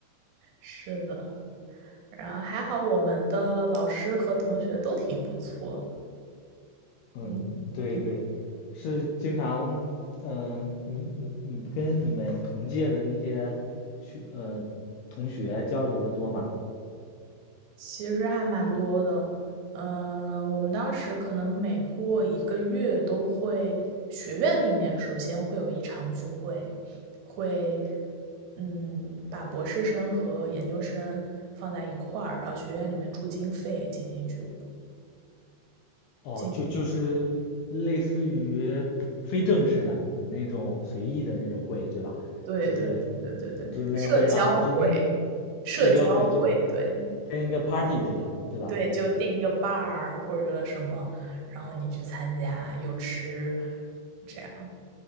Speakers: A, on the right; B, on the left.
A: 是的，然后还好我们的老师和同学都挺不错的，
B: 嗯，
A: 嗯。
B: 对对，是经常，嗯、你你你跟你们同届的那些学呃同学交流的多吗？
A: 其实还蛮多的，嗯，我们当时可能每过一个月都会，学院里面首先会有一场聚会，会，嗯，把博士生和研究生放在一块儿，然后学院里面出经费进行聚，
B: 哦，
A: 进行，
B: 就就是类似于不非正式的那种随意的那种会，对吧？
A: 对对对对对，
B: 就是就是那个会上就跟
A: 社交会，社交会，
B: 社交会就
A: 对
B: 跟一个 party 似的，对吧？
A: 对，就定一个伴儿或者什么，然后你去参加，又吃，这样，